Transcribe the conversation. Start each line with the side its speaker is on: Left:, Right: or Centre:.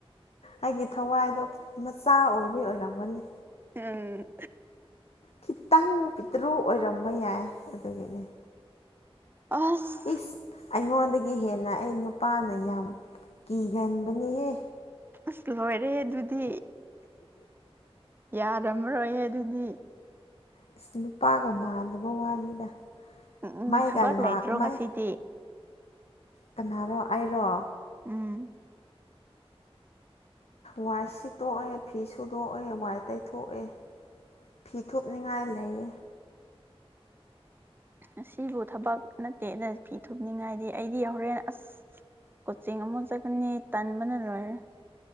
Left: ꯑꯩꯒꯤ ꯊꯋꯥꯏꯗꯣ ꯃꯆꯥ ꯑꯣꯏꯕꯩ ꯑꯣꯏꯔꯝꯒꯅꯤ
Right: ꯎꯝ
Left: ꯈꯤꯇꯪ ꯄꯤꯇꯔꯨ ꯑꯣꯏꯔꯝꯕ ꯌꯥꯏ ꯑꯗꯨꯒꯤꯅꯤ
Right: ꯑꯁ
Left: ꯏꯁ ꯍꯗ ꯒꯤ ꯍꯦꯟꯅ ꯑꯩ ꯅꯨꯄꯥꯅ ꯌꯥꯝ ꯀꯤꯒꯟꯕꯅꯦꯍꯦ
Right: ꯑꯁ ꯂꯣꯏꯔꯦ ꯑꯗꯨꯗꯤ ꯌꯥꯔꯝꯔꯣꯏ ꯑꯗꯨꯗꯤ
Left: ꯑꯁ ꯅꯨꯄꯥꯒ ꯃꯥꯟꯅꯕ ꯋꯥꯅꯤꯗ
Right: ꯎꯝ ꯎꯝ
Left: ꯃꯩꯒ
Right: ꯊꯕꯛ
Left: ꯂꯥꯛ
Right: ꯂꯩꯇ꯭ꯔꯣ
Left: ꯃꯩ
Right: ꯉꯁꯤꯗꯤ
Left: ꯀꯅꯥꯔꯣ ꯑꯩꯔꯣ
Right: ꯎꯝ
Left: ꯋꯥꯏ ꯁꯤꯠꯇꯣꯛꯑꯦ ꯐꯤ ꯁꯨꯗꯣꯛꯑꯦ ꯋꯥꯏ ꯇꯩꯊꯣꯛꯑꯦ ꯐꯤ ꯊꯣꯛꯅꯤꯡꯉꯥꯏ ꯂꯩꯌꯦ
Right: ꯑꯁꯤꯕꯨ ꯊꯕꯛ ꯅꯠꯇꯦꯗ ꯐꯤ ꯊꯨꯞꯅꯤꯡꯉꯥꯏꯗꯤ ꯑꯩꯗꯤ ꯍꯣꯔꯦꯟ ꯑꯁ ꯀꯣꯆꯤꯡ ꯑꯃꯨꯛ ꯆꯠꯀꯅꯤ ꯇꯟꯕꯅ ꯂꯣꯏꯔꯦ